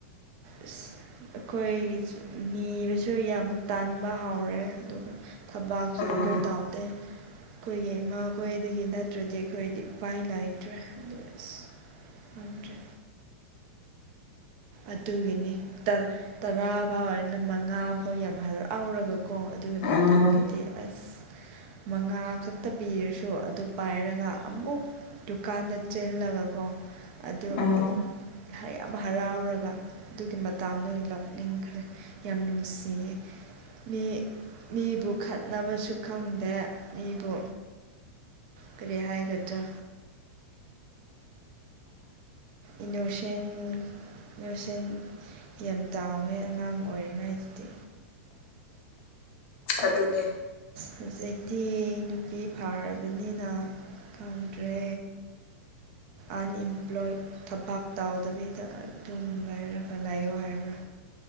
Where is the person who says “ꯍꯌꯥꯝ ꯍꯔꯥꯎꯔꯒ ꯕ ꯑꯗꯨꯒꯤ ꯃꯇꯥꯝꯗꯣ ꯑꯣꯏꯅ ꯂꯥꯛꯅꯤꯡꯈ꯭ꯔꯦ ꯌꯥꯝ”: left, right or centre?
Right